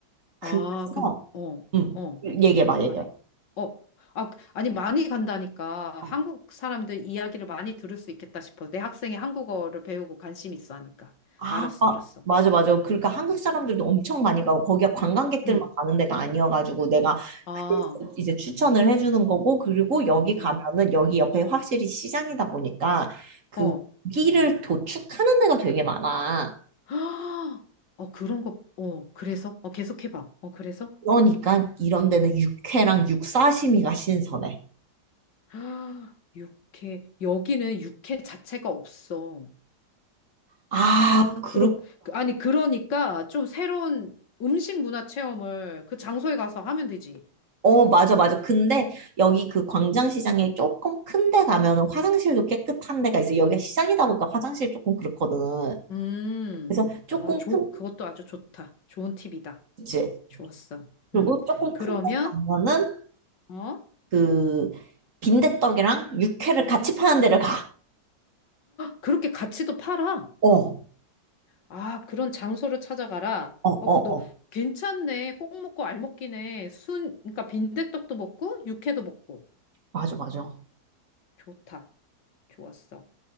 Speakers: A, on the right (about 45°); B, on the left (about 75°).
A: 그래서,
B: 아, 그럼, 어,
A: 음
B: 어.
A: 얘기해봐, 얘기해봐.
B: 말해. 어, 아, 그, 아니, 많이 간다니까.
A: 어.
B: 한국 사람들 이야기를 많이 들을 수 있겠다 싶어. 내 학생이 한국어를 배우고 관심 있어 하니까.
A: 아,
B: 알았어,
A: 아,
B: 알았어.
A: 맞아, 맞아. 그러니까 한국
B: 응.
A: 사람들도 엄청 많이 가고, 거기가 관광객들만
B: 응.
A: 가는 데가 아니어가지고, 내가
B: 아,
A: 그래서 이제 추천을 해주는 거고, 그리고 여기
B: 어,
A: 가면은, 여기 옆에 확실히 시장이다 보니까, 그
B: 어.
A: 고기를 도축하는 데가 되게 많아.
B: <gasps> 헉! 어, 그런 거, 어, 그래서? 어, 계속 해봐. 어, 그래서?
A: 그러니까 이런 데는 육회랑 육사시미가 신선해.
B: <gasps> 아, 육회, 여기는 육회 자체가 없어.
A: 아, 그렇다.
B: 그러, 아니, 그러니까 좀 새로운 음식 문화 체험을 그 장소에 가서 하면 되지.
A: 어, 맞아, 맞아. 근데 여기 그 광장시장에 조금 큰데 가면은 화장실도 깨끗한 데가 있어. 여기가 시장이다 보니까 화장실 조금 그렇거든.
B: 음,
A: 그래서 조금
B: 아, 좋,
A: 큰
B: 그것도 아주 좋다. 좋은 팁이다.
A: 그치.
B: 좋았어.
A: 그리고
B: 음,
A: 조금
B: 그러면,
A: 큰데 가면은
B: 어?
A: 그 빈대떡이랑 육회를 같이 파는 데를 가.
B: 그렇게 같이도 팔아.
A: 어, 어,
B: 아, 그런 장소를 찾아가라.
A: 어, 어.
B: 어, 그, 너, 괜찮네. 꼭 먹고 알 먹기네. 순, 그러니까 빈대떡도 먹고, 육회도 먹고.
A: 맞아, 맞아.
B: 좋다. 좋았어.